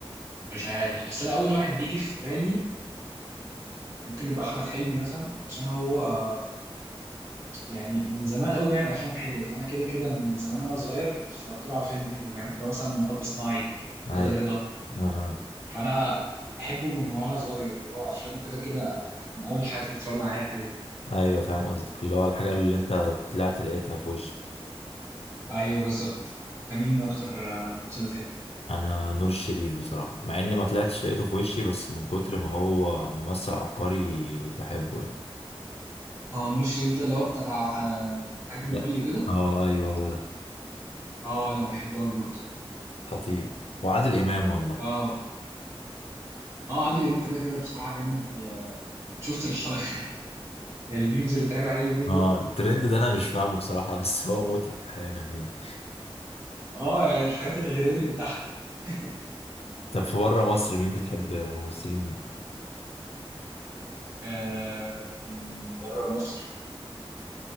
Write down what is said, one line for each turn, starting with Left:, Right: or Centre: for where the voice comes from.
Right: مش عارف بس انا اول واحد بيجي في بالي ممكن يبقى احمد حلمي مثلا عشان هو آه، يعني من زمان قوي بيعمل افلام حلوه فانا كده كده من زمان وانا صغير اتفرجت له على فيلم حلو فاهم اللي هو مثلا مطب صناعي
Left: اي
Right: كده رضا
Left: آه.
Right: فانا بحبه من وانا صغير اللي هو افلامه كده كده من اول الحاجات اللي اتفرجنا عليها كده كده
Left: ايوه فاهم قصدك اللي هو الحاجه اللي انت طلعت لقيتها في وشك
Right: ايوه بالظبط انت مين اكتر آه، ممثل بتحبه
Left: انا نور الشريف بصراحه مع اني ما طلعتش لقيته في وشي بس من كتر ما هو ممثل عبقري بحبه يعني
Right: اه نور الشريف ده اللي هو بتاع آه، الحاج متولي
Left: لا
Right: وكده
Left: اه ايوه هو ده
Right: اه لا بحبه قوي برضه
Left: خطير وعادل امام والله
Right: اه اه عادل امام كده كده بصراحه جامد آه، شفت الح... <laughs> الميمز اللي بتعمل عليه اليومين
Left: اه
Right: دول
Left: الترند ده انا مش فاهمه بصراحة بس هو مضحك احيانا يعني
Right: اه يعني الحاجات الغريبه دي بتضحك <laughs>
Left: طب في بره مصر مين بتحب ممثلين مين؟
Right: آه بره مصر